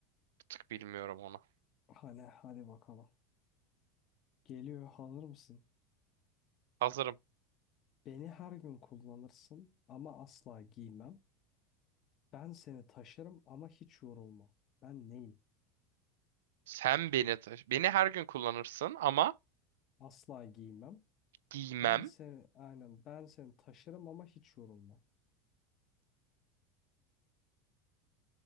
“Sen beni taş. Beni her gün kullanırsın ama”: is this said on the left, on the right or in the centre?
Right